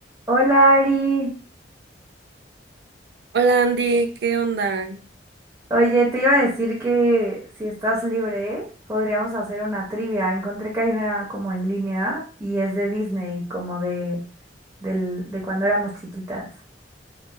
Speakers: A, on the right; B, on the right.
A: Hola Ari,
B: Hola Andy, ¿qué onda?
A: oye, te iba a decir que si estás libre, podríamos hacer una trivia. Encontré que hay una como en línea y es de Disney, como de, del, de cuando éramos chiquitas.